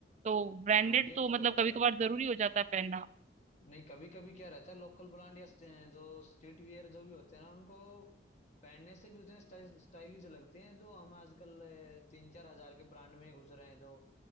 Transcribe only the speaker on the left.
हाँ ये
तो
होता
है
नहीं कभी कभी क्या रहता है लोकल ब्रांड या स्ट- जो स्ट्रीट वियर जो भी होते हैं ना उनको पहनने से भी उतने स्टाइल स्टाइलिश लगते हैं जो हम आजकल अ, तीन चार हजार के ब्रांड में घुस रहे हैं जो